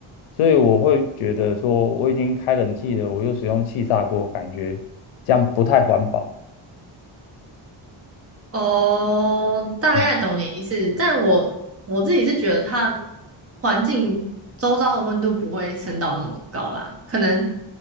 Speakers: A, on the left (about 85°); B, on the right (about 30°).
A: 所以我会觉得说我已经开冷气了，我又使用气炸锅，感觉这样不太环保。
B: 哦，大概懂你意思，
A: 嗯，
B: 但我我自己是觉得它环境周遭的温度不会升到那么高啦，可能